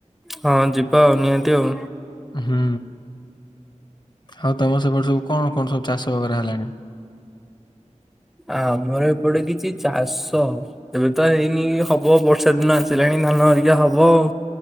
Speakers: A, in the centre; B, on the left (about 35°).
A: ହଁ ଯିବା ଆଉ ନିହାତି ଆଉ।
B: ହୁଁ ହଉ ତମ ସେପଟେ ସବୁ କଣ କଣ ସବୁ ଚାଷ କରା ଗଲାଣି?
A: ଆମର ଏପଟେ କିଛି ଚାଷ ଏବେ ତ ହେଇନି ହବ ବର୍ଷା ଦିନ ଆସିଲାଣି ଧାନ ହେରିକା ହବ ଆଉ।